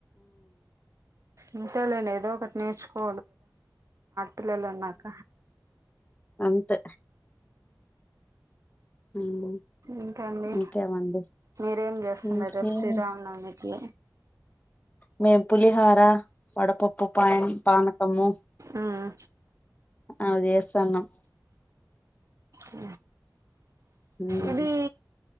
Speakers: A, on the right; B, on the left.
A: అంతేలేండి ఏదో ఒకటి నేర్చుకో పిల్లొల్లు అన్నాక
B: అంతే ఉమ్,
A: ఇంకాండి
B: ఇంకేమండి
A: మీరేం చేస్తున్నారు
B: ఇంకేం
A: రేపు శ్రీరామనవమికి
B: మేం పులిహొర ఇంకా వడపప్పు పయ పనకము
A: మ్మ్
B: అ చేస్తాన్నాం
A: అ
B: ఉమ్,
A: ఇది